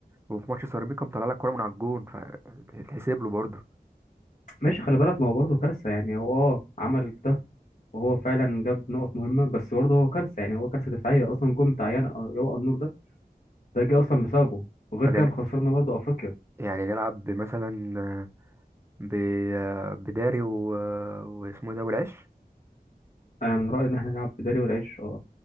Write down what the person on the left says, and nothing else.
ماشي خلي بالك ما هو برضه كارثة يعني هو اه عمل ده وهو فعلا جاب نقط مهمة بس برضه هو كارثة يعني هو كارثة دفاعية أصلا جون بتاع يان- يوقع النور ده ده جه أصلا بسببه وغير
كده
خسرنا برضه أفريقيا
أنا من رأيي إن إحنا نلعب بداري والعيش اه